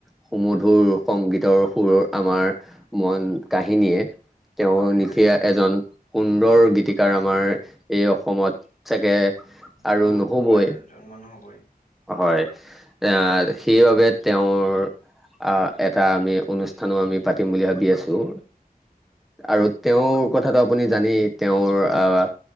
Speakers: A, in the centre; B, on the left (about 55°).
A: সুমধুৰ সংগীতৰ সুৰ আমাৰ মন কাহিনীয়ে তেও
B: হয়
A: নিশীয়া এজন সুন্দৰ গীতিকাৰ আমাৰ এই অসমত চাগে আৰু
B: আকৌ
A: নহ'বই
B: দুবাৰ জন্ম নহবএ।
A: হয় এ সেইবাবে তেওৰ আহ এটা আমি অনুষ্ঠানো আমি পাতিম বুলি ভাবি আছোঁ। আৰু তেওঁৰ কথাটো আপুনি জানেই তেওঁৰ আহ